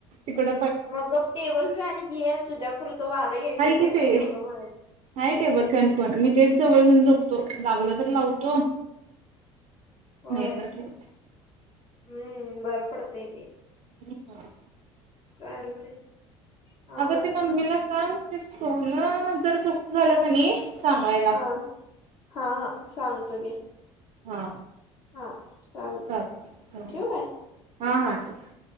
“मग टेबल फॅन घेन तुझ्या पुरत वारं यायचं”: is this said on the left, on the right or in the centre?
Left